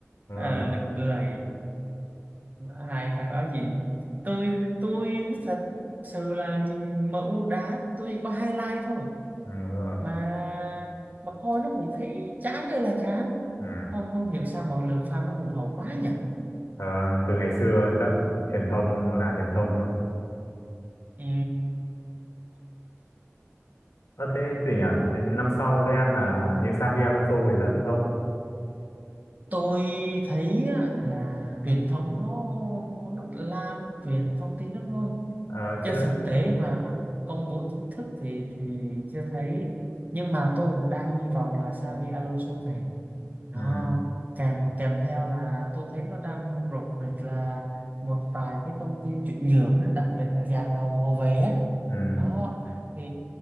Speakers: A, on the left (about 80°); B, on the right (about 35°).
A: đúng
B: à,
A: rồi <laughs>
B: nực cười hai thằng đó nhìn tôi tôi thật sự là nhìn MU đá tôi có highlight thôi
A: ừ, đúng rồi
B: mà mà coi nó cũng thấy chán ơi là chán
A: ừ.
B: không không hiểu sao mọi lượng fan nó hùng hậu quá nhỉ
A: Ờ, từ ngày xưa chắc truyền thông nó làm truyền thông nữa
B: Ừ,
A: ờ thế gì nhỉ Thế năm sau Real là hình như Xabi Alonso về dẫn đúng không
B: tôi thấy á, là truyền thông nó, nó lan truyền thông tin đó thôi
A: ờ
B: chứ
A: chứ
B: thực tế và công bố chính thức thì thì chưa thấy nhưng mà tôi cũng đang hy vọng là Xavi Alonso về nó
A: ừ,
B: kèm kèm theo là tôi thấy nó đang rục rịch là một vài cái thông tin chuyển nhượng á, đặc biệt là dàn hậu hậu vệ á
A: ừ.
B: đó thì